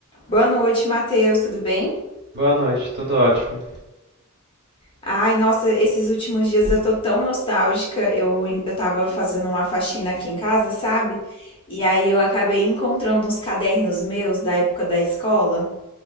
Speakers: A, on the left; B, on the right.
A: Boa noite, Matheus, tudo bem?
B: Boa noite, tudo ótimo.
A: Ai, nossa, esses últimos dias eu tô tão nostálgica. Eu, eu tava fazendo uma faxina aqui em casa, sabe? E aí eu acabei encontrando uns cadernos meus da época da escola.